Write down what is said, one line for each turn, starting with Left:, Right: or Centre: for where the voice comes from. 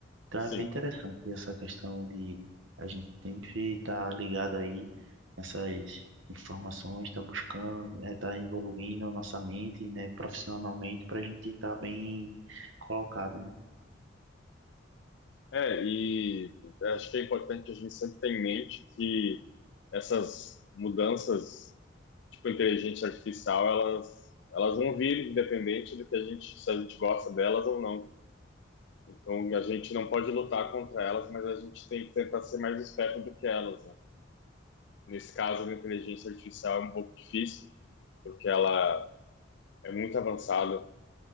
Right: Então,
Left: Sim.
Right: é bem interessante essa questão de a gente sempre estar ligado aí nessas informações, estar buscando, estar evoluindo a nossa mente, né, profissionalmente, para a gente estar bem colocado, né?
Left: É, e acho que é importante que a gente sempre tenha em mente que essas mudanças, tipo inteligência artificial, elas, elas vão vir independente do que a gente, se a gente gosta delas ou não. Então, a gente não pode lutar contra elas, mas a gente tem que tentar ser mais esperto do que elas, né? Nesse caso, a inteligência artificial é um pouco difícil, porque ela é muito avançada,